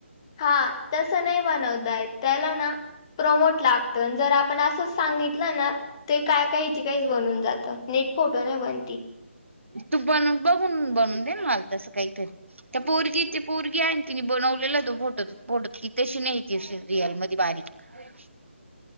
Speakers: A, on the left; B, on the right.
A: हा तसं नाही बनवतायत त्याला ना. प्रमोट लागत जर आपण असं सांगितलं ना. ते काय काहीची काहीच बनून जातं नेट फोटो नाही बनती.
B: तू बनून बघून बनून देन मल तसं काहीतरी. त्या पोरगी ते पोरगी आहे तिने बनवलेला तो फोटो फोटो त तशी नाहीती रियलमध्ये बारीक. अ <inaudible>